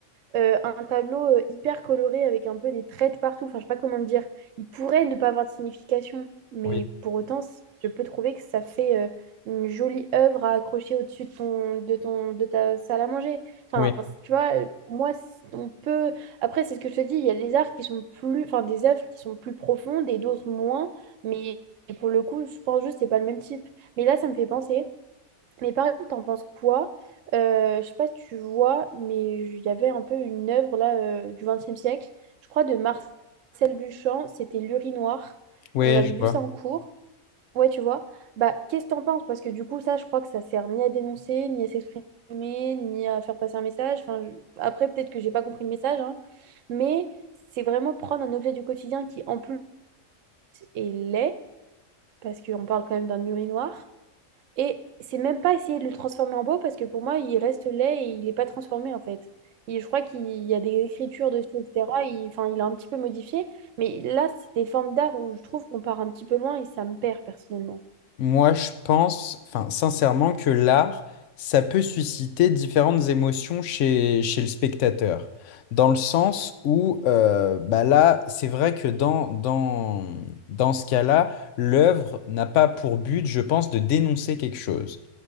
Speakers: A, on the right; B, on the left.
A: euh, un tableau euh, hyper coloré avec un peu des traits de partout. Enfin, je sais pas comment dire. Il pourrait ne pas avoir de signification, mais
B: Oui,
A: pour autant, c- je peux trouver que ça fait euh, une jolie œuvre à accrocher au-dessus de ton, de ton, de ta salle à manger. Enfin,
B: oui,
A: c- tu vois, euh, pour moi, c- on peut. Après, c'est ce que je te dis. Il y a des arts qui sont plus, enfin, des œuvres qui sont plus profondes et d'autres moins. Mais pour le coup, je pense juste que c'est pas le même type. Mais là, ça me fait penser. Mais par exemple, t'en penses quoi? Euh, je sais pas si tu vois, mais il y avait un peu une œuvre là euh, du XXe siècle, je crois de Marcel Duchamp, c'était L'urinoir.
B: oui,
A: On avait
B: je
A: vu
B: vois.
A: ça en cours. Ouais, tu vois. Bah, qu'est-ce que t'en penses? Parce que du coup, ça, je crois que ça sert ni à dénoncer, ni à s'exprimer, ni à faire passer un message. Enfin, je- Après, peut-être que j'ai pas compris le message, hein, mais c'est vraiment prendre un objet du quotidien qui, en plus, est laid, parce qu'on parle quand même d'un urinoir et c'est même pas essayer de le transformer en beau parce que pour moi, il reste laid et il n'est pas transformé en fait. Et je crois qu'il y a des écritures dessus, etc. Il, enfin, il a un petit peu modifié. Mais là, c'est des formes d'art où je trouve qu'on part un petit peu loin et ça me perd personnellement.
B: Moi, je pense, enfin, sincèrement, que l'art, ça peut susciter différentes émotions chez, chez le spectateur. Dans le sens où, euh, bah là, c'est vrai que dans, dans, dans ce cas-là, l'œuvre n'a pas pour but, je pense, de dénoncer quelque chose.